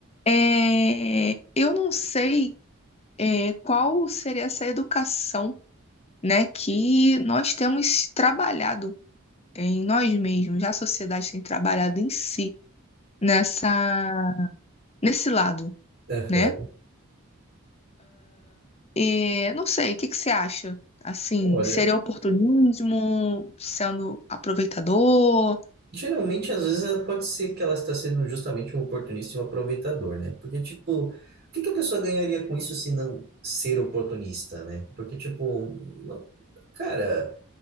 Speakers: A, on the left; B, on the right.
A: é, eu não sei é, qual seria essa educação, né, que nós temos trabalhado em nós mesmos, a sociedade tem trabalhado em si nessa nesse lado,
B: Aham.
A: né? E, não sei, o que que você acha? Assim,
B: Olha,
A: seria oportunismo, sendo aproveitador?
B: geralmente às vezes eh, pode ser que ela está sendo justamente um oportunista e um aproveitador, né? Porque, tipo, o que que a pessoa ganharia com isso se não ser oportunista, né? Porque, tipo, não- cara.